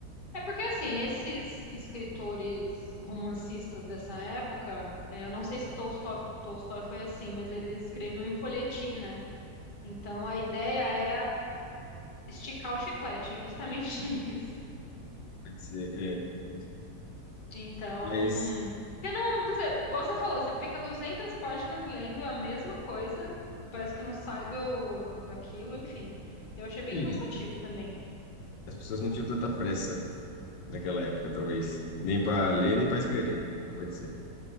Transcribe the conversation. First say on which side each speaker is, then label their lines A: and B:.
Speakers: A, on the left; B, on the left.
A: É porque, assim, esses escritores romancistas dessa época, é, eu não sei se Tolstói, Tolstói foi assim, mas ele escreveu em folhetim, né? Então a ideia era esticar o chiclete, justamente <laughs> isso.
B: Pode ser, é. Pode ser.
A: Então,
B: Mas
A: eu não, você, igual você falou, você fica 200 páginas lendo a mesma coisa e parece que não sai do daquilo, enfim. Eu achei bem
B: eh,
A: cansativo também.
B: as pessoas não tinham tanta pressa naquela época, talvez. Nem para ler, nem para escrever. Pode ser.